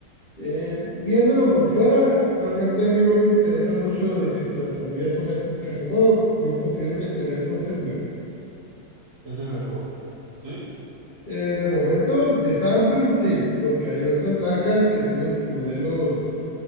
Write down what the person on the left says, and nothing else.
eh, viéndolo por fuera, realmente a mí no me interesa mucho de que si las argollas son estéticas o no, yo considero que el teléfono sí es bueno.
Eh, de momento, de Samsung sí, porque hay otras marcas que tienen sus modelos